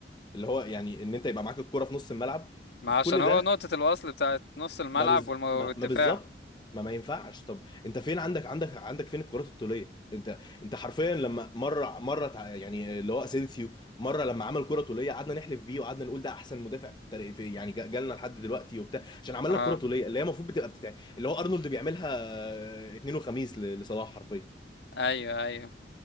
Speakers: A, on the left; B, on the left.
A: اللي هو يعني ان انت يبقى معاك الكرة في نص الملعب
B: ما
A: وفي
B: عشان
A: كل
B: هو
A: ده
B: نقطه الوصل بتاعت نص الملعب
A: ما بز...
B: والم- والدفاع
A: ما, ما بالظبط ما ما ينفعش طب انت فين عندك عندك عندك فين الكرات الطوليه انت انت حرفيا لما مره مره تع- يعني اللي هو اسينسيو مره لما عمل كره طوليه قعدنا نحلف بيه وقعدنا نقول ده احسن مدافع في التاريخ في يعني جا- جالنا لحد دلوقتي وبتاع عشان عمل لك
B: اه
A: كره طوليه اللي هي المفروض بتبقى بتتع... اللي هو ارنولد بيعملها آه، اتنين وخميس ل- لصلاح حرفيا
B: ايوه ايوه